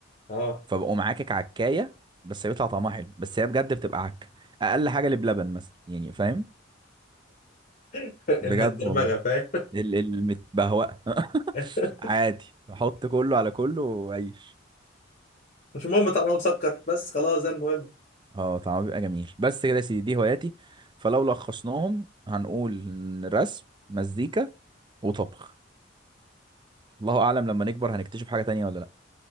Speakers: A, on the left (about 40°); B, on the right (about 25°).
A: اه
B: فبقوم عاكك عكايه بس بيطلع طعمها حلو بس هي بجد بتبقى عك اقل حاجه اللي بلبن مثلا يعني فاهم
A: <laughs>
B: بجد
A: المتدرمغه
B: والله
A: فاهم
B: ال- المتبهوأة <laughs>
A: <laughs>
B: عادي بحط كله على كله وعيش
A: مش مهم طعمها مسكر بس خلاص ده المهم
B: اه طعمه بيبقى جميل بس كده يا سيدي دي هواياتي فلو لخصناهم هنقول إن رسم مزيكا وطبخ الله اعلم لما نكبر هنكتشف حاجة تانية ولا لا